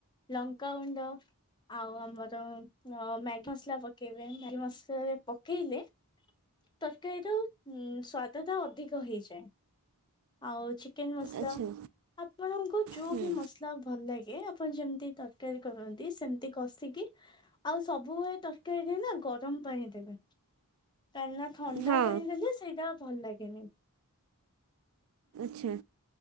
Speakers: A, on the left (about 20°); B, on the right (about 80°).
A: ଲଙ୍କାଗୁଣ୍ଡ ଆଉ ଆମର ଅ ମ୍ୟାଗି ମସଲା ପକେଇବେ ମ୍ୟାଗି ମସଲା ପକେଇଲେ ତରକାରୀର ହୁଁ ସ୍ଵାଦଟା ଅଧିକ ହେଇଯାଏ, ଆଉ ଚିକ୍ ଚିକେନ୍ ମସଲା
B: ଆଚ୍ଛା
A: ଆପଣଙ୍କ ଯୋଉ
B: ହୁଁ
A: ବି ମସ ନା ଭଲ ଲାଗେ ଆପଣ ଯେମିତି ତରକାରୀ କରନ୍ତି ସେମତି କଷିକି ଆଉ ସବୁବେଳେ ତରକାରୀରେ ନା ଗରମ ପାଣି ଦେବେ କାଁଇନା ଥଣ୍ଡା
B: ହଁ
A: ପାଣି ଦେଲେ ସେଇଟା ଭଲ ଲାଗେନି।
B: ଆଛା।